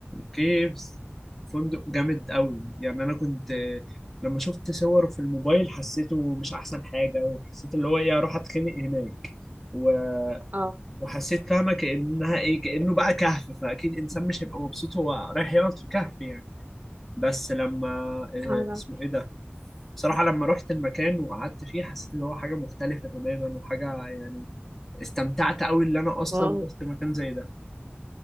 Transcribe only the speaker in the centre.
كيفز فندق جامد قوي يعني انا كنت آه، لما شفت صوره في الموبايل حسيته مش احسن حاجه وحسيت اللي هو ايه اروح اتخنق هناك و-
وحسيت فاهمه كانها ايه كانه بقى كهف فاكيد انسان مش هيبقى مبسوط هو رايح يقعد في كهف يعني بس لما آه
اسمه ايه ده بصراحه لما رحت المكان وقعدت فيه حسيت اللي هو حاجه مختلفه تماما وحاجه يعني استمتعت قوي اللي انا اصلا
رحت مكان زي ده